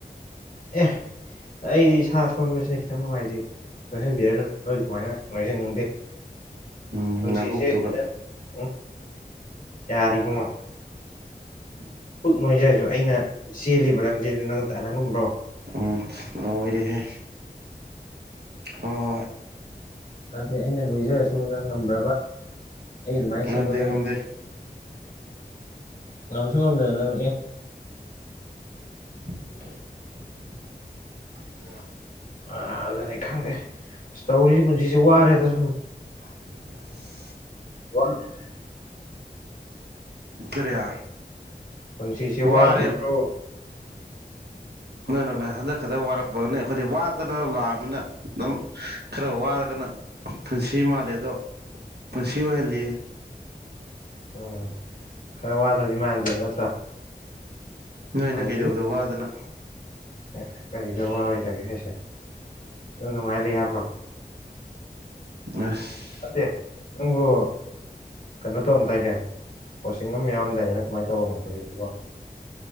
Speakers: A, on the left; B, on the right.
A: ꯑꯦ ꯑꯩꯗꯤ ꯏꯁꯥ ꯁꯣꯟꯕꯁꯤꯅ ꯈꯤꯇꯪ ꯅꯨꯡꯉꯥꯏꯖꯩꯗ꯫ ꯅꯣꯏꯍꯟꯕꯤꯔꯅꯨ ꯅꯣꯏ ꯗꯨꯃꯥꯏꯅ ꯅꯣꯏꯖꯅꯤꯡꯗ꯭ꯔꯦ꯫
B: ꯎꯝ
A: ꯄꯨꯟꯁꯤꯁꯦ
B: ꯅꯥꯕꯣꯛꯇꯨꯒ
A: ꯈꯤꯇꯪ ꯎꯝ ꯌꯥꯔꯤꯕꯣꯃꯣ
B: <unintelligible>
A: ꯄꯨꯛ ꯅꯣꯏꯖꯔꯁꯨ ꯑꯩꯅ ꯆꯦꯜꯂꯤꯕ ꯂꯝꯖꯦꯟꯗꯨ ꯅꯪ ꯇꯥꯟꯅ ꯉꯝꯕ꯭ꯔꯣ꯫
B: ꯎꯝ ꯂꯣꯏꯔꯦꯍꯦ ꯍꯣꯏ ꯍꯣꯏ꯫
A: <inaudible> ꯑꯩꯅ ꯅꯣꯏꯖꯔꯁꯨ ꯅꯪ ꯉꯝꯕ꯭ꯔꯕ꯫ ꯑꯩ ꯑꯗꯨꯃꯥꯏꯅ
B: ꯉꯝꯗꯦ
A: ꯆꯦꯟꯕ ꯅꯪ
B: ꯉꯝꯗꯦ
A: ꯉꯝꯁꯨ ꯉꯝꯗꯅ ꯅꯪ ꯑꯦ꯫
B: <inaudible>
A: ꯑꯥ ꯑꯗꯨꯅꯤ ꯈꯪꯗꯦ ꯑꯁ ꯇꯧꯔꯤꯁꯦ ꯄꯨꯟꯁꯤꯁꯦ ꯋꯥꯔꯦꯗ ꯁꯨꯝ꯫
B: <unintelligible>
A: <inaudible>
B: ꯀꯔꯤ꯫
A: ꯄꯨꯟꯁꯤꯁꯦ
B: ꯋꯥꯔꯦ
A: ꯋꯥꯗ꯭ꯔꯤꯕ꯭ꯔꯣ꯫
B: ꯅꯪꯅ ꯉ ꯍꯟꯗꯛ ꯈꯛꯇꯪ ꯋꯥꯔꯛ ꯄꯅꯤ ꯑꯈꯣꯏꯗꯤ ꯋꯥꯗꯅ ꯂꯥꯛꯑꯃꯤꯅ ꯑꯗꯨꯝ ꯈꯔ ꯋꯥꯔꯒꯅ ꯄꯨꯟꯁꯤ ꯃꯥꯜꯂꯦ ꯑꯗꯣ ꯄꯨꯟꯁꯤ ꯑꯣꯏꯍꯜꯂꯤꯌꯦ꯫
A: ꯎꯝ ꯈꯔ ꯋꯥꯗ꯭ꯔꯗꯤ ꯃꯥꯟꯗꯦꯕ ꯅꯠꯇ꯭ꯔꯥ꯫
B: ꯅꯣꯏꯅ
A: ꯇꯧꯕꯤꯌꯨ
B: ꯀꯩꯗꯧꯕꯗ ꯋꯥꯗꯅ꯫
A: ꯑꯦ ꯀꯔꯤꯗ ꯋꯥꯔꯣꯏꯗꯒꯦ ꯍꯥꯏꯁꯦ ꯑꯗꯨꯝ ꯅꯨꯡꯉꯥꯏ ꯂꯩ ꯌꯥꯕ꯭ꯔꯣ꯫
B: ꯑꯁ
A: ꯅꯠꯇꯦ ꯅꯪꯕꯨ ꯀꯩꯅꯣ ꯇꯧꯔꯝꯗꯥꯏꯅꯦ ꯀꯣꯆꯤꯡ ꯑꯃ ꯌꯥꯎꯔꯝꯗꯥꯏꯅ‌ꯦ ꯅꯪ ꯀꯃꯥꯏꯅ ꯇꯧꯔꯝꯃꯣ ꯀꯣꯆꯤꯡꯗꯨꯕ‌ꯣ